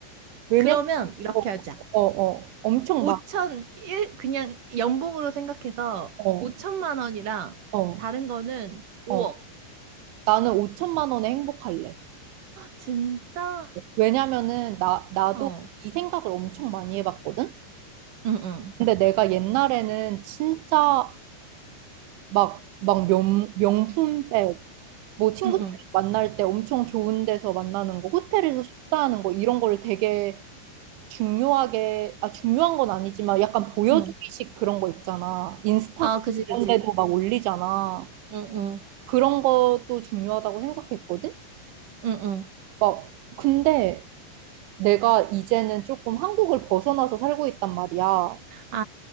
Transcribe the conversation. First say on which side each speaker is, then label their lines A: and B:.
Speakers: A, on the right; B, on the right.
A: 왜냐면,
B: 그러면 이렇게
A: 어, 어,
B: 하자.
A: 어, 엄청
B: 5천,
A: 많,
B: 일 그냥 연봉으로 생각해서
A: 어,
B: 5천만 원이랑
A: 어,
B: 다른 거는 5억.
A: 어. 나는 5천만 원에 행복할래.
B: 진짜?
A: 왜냐면은, 나, 나도
B: 어.
A: 이 생각을 엄청 많이 해봤거든?
B: 응, 응.
A: 근데 내가 옛날에는 진짜 막, 막 명, 명품백, 뭐 친구들
B: 응, 응.
A: 만날 때 엄청 좋은 데서 만나는 거, 호텔에서 식사하는 거 이런 거를 되게 중요하게 아 중요한 건 아니지만 약간 보여주기식
B: 응.
A: 그런 거 있잖아. 인스타
B: 아, 그지,
A: 이런
B: 그지.
A: 데도 막 올리잖아.
B: 응, 응.
A: 그런 것도 중요하다고 생각했거든.
B: 응, 응.
A: 막 근데 내가 이제는 조금 한국을 벗어나서 살고 있단 말이야.
B: 아,